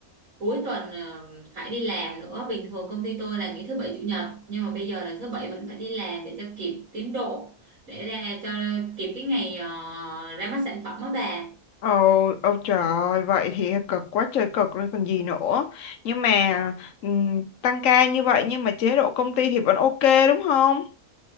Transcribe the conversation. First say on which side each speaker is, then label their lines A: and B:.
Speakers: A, on the right (about 75°); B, on the left (about 70°).
A: Cuối tuần ờ, phải đi làm nữa. Bình thường công ty tôi là nghỉ thứ bảy chủ nhật, nhưng mà bây giờ là thứ bảy vẫn phải đi làm để cho kịp tiến độ, để ra cho kịp cái ngày ờ, ra mắt sản phẩm đó bà.
B: Ồ, ôi trời ơi, vậy thì cực quá trời cực rồi còn gì nữa. Nhưng mà ừm, tăng ca như vậy nhưng mà chế độ công ty thì vẫn ok đúng không?